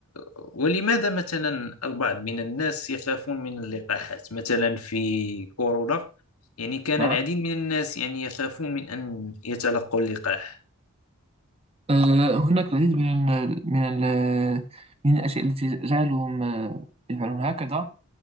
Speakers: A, on the left; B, on the right.
A: ولماذا مثلا البعض من الناس يخافون من اللقاحات مثلا في كورونا يعني كان
B: نعم
A: العديد من الناس يعني يخافون من أن يتلقوا اللقاح
B: أه، هناك العديد من ال من ال من الأشياء التي تجعلهم أه، يفعلون هكذا